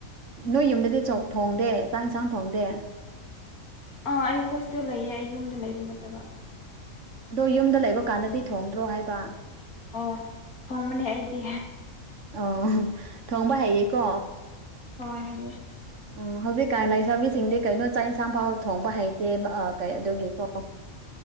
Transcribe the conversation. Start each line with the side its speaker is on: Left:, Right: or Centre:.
Right: ꯅꯣꯏ ꯌꯨꯝꯗꯗꯤ ꯆꯣꯛ ꯊꯣꯡꯗꯦ ꯆꯥꯛ ꯏꯟꯁꯥꯡ ꯊꯣꯡꯗꯦ
Left: ꯑꯥ ꯑꯩ ꯍꯣꯁꯇꯦꯜ ꯂꯩꯌꯦ ꯑꯩ ꯌꯨꯝꯗ ꯂꯩꯕ ꯅꯠꯇꯕ
Right: ꯑꯗꯣ ꯌꯨꯝꯗ ꯂꯩꯕ ꯀꯥꯟꯗꯗꯤ ꯊꯣꯡꯗ꯭ꯔꯣ ꯍꯥꯏꯕ
Left: ꯑꯣ ꯊꯣꯡꯕꯅꯦ ꯑꯩꯗꯤ
Right: ꯑꯣ ꯊꯣꯡꯕ ꯍꯩꯌꯦꯀꯣ
Left: ꯍꯣꯏ ꯍꯩꯌꯦ
Right: ꯎꯝ ꯍꯧꯖꯤꯛꯀꯥꯟ ꯂꯩꯁꯥꯕꯤꯁꯤꯡꯗꯤ ꯀꯩꯅꯣ ꯆꯥꯛ ꯏꯟꯁꯥꯡ ꯐꯥꯎꯕ ꯊꯣꯡꯕ ꯍꯩꯇꯦꯕ ꯀꯩ ꯑꯗꯨꯒꯤꯀꯣ